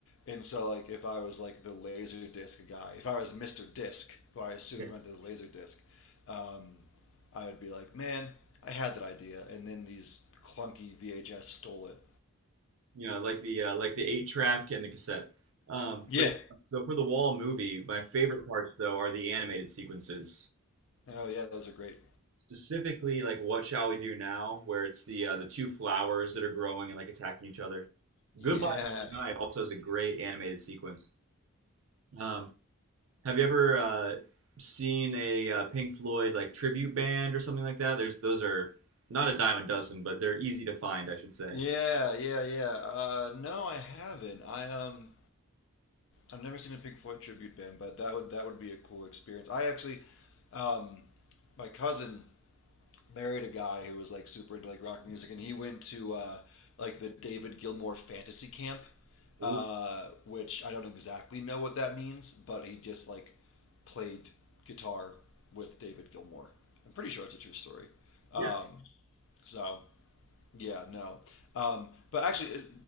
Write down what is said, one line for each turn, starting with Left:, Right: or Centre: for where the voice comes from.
Left: And so like if I was like the laser disc guy, if I was Mister Disc, who I assume
Right: yeah.
Left: invented the laser disc, um, I would be like, man, I had that idea, and then these clunky VHS stole it.
Right: you know, like the uh, like the eight track and the cassette. Um,
Left: Yeah.
Right: but yeah, so for the Wall movie, my favorite parts though are the animated sequences,
Left: Oh yeah, those are great.
Right: specifically like "What Shall We Do Now," where it's the uh, the two flowers that are growing and like attacking each other.
Left: Yeah.
Right: "Goodbye Blue Sky" also has a great animated sequence. Um, Have you ever uh, seen a uh, Pink Floyd like tribute band or something like that? There's those are not a dime a dozen, but they're easy to find, I should say.
Left: Yeah, yeah, yeah. Uh, no, I haven't. I um, I've never seen a Pink Floyd tribute band, but that would that would be a cool experience. I actually, um, my cousin married a guy who was like super into like rock music, and he went to uh, like the David Gilmour Fantasy Camp,
Right: Ooh.
Left: uh, which I don't exactly know what that means, but he just like played guitar with David Gilmour. I'm pretty sure it's a true story. Um,
Right: Yeah.
Left: so yeah, no. Um, but actually, it,